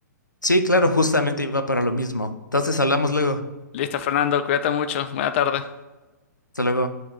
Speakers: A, on the left; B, on the left.
A: Sí, claro, justamente iba para lo mismo. Entonces hablamos luego.
B: Listo, Fernando, cuídate mucho. Buena tarde.
A: Hasta luego.